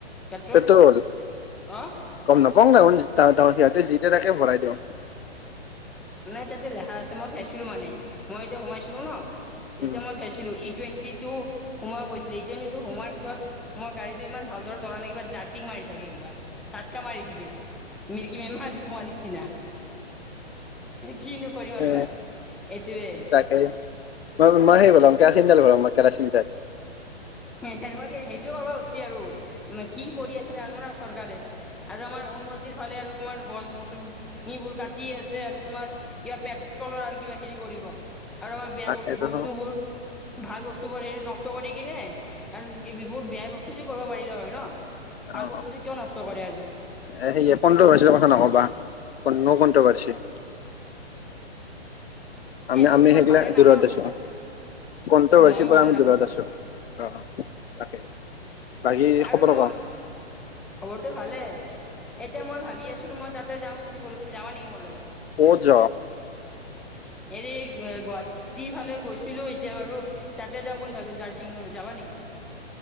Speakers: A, in the centre; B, on the left.
A: পেট্ৰল
B: পেটৰোল
A: অ
B: গ'ম নাপাওঁ। গোম নাপাওঁ তাহতে সিহঁতে যি দিয়ে তাকে ভৰাই দিওঁ।
A: নাই তাতে লেখা আছে, মই চাইছিলো মানে মই এতিয়া সোমাইছিলো ন তেতিয়া
B: উম
A: মই চাইছিলো। টুৱেন্টি শুমাব গৈছিলে, ই টুৱেন্টি সোমোৱাৰ পিছত মোৰ গাড়টো ইমান ভালদৰে চলা নাই কিবা জাৰকিং মাৰকিং মৰি থাকে কিবা জাটকা মাৰি থাকে মিৰিকি বেমাৰ হোৱাৰ নিচিনা। কিনো কৰিম আৰু
B: এ
A: ভাই এইটোৱে।
B: তাকে মই মই সেই ভৰাম কেৰাচিন তেল ভৰাও মই কেৰাচিন তেল।
A: তেনেকুৱা কি সেইটো কৰিব খুজিছে আৰু কি কৰি আছে নাজানো আৰু চৰকাৰে। আৰু আমাৰ উন্নতিৰ ফালে আৰু তোমাৰ গছ গছন নীবোৰ কাটি আছে আৰু তোমাৰ কিবা পেট্ৰলৰ আৰু কিবা হেৰি কৰিব। আৰু আমাৰ বেয়া
B: তাকেতো
A: বস্তুবোৰ ভাল বস্তুবোৰ হেৰি নষ্ট কৰি কিনে আৰু এইবোৰ বেয়া বস্তু কৰিব পাৰিলে হয় ন ভাল
B: অ
A: বস্তুটো কিয় নষ্ট কৰে আৰু
B: এ সেই কণ্ট্ৰবাৰ্চী কথা নকবা ন কণ্ট্ৰবাৰ্চী।
A: সেইটোতো
B: আমি আমি
A: মই
B: সেইগিলা
A: ভালে নাপাওঁ
B: দূৰ <unintelligible>
A: কিন্তু
B: কণ্টভাৰ্চিৰ
A: মইও
B: পৰা
A: ভালে
B: আমি
A: নাপাওঁ
B: দূৰত আছো অ', তাকেই। বাকী
A: আৰু
B: খবৰ
A: মই
B: কওঁ।
A: খবৰটো ভালে এতিয়া মই ভাবি আছিলো মই তাতে যাম ফুৰিবলৈ তুমি যাবা নেকি মোৰ লগত।
B: কোত য
A: <inaudible> হেৰি গুৱাহাটীৰ ফালে গৈছিলো এতিয়া বাৰু তাতে যাম বুলি ভাবিছোঁ দাৰ্জিলিঙলৈ যাবা নেকি? <inaudible>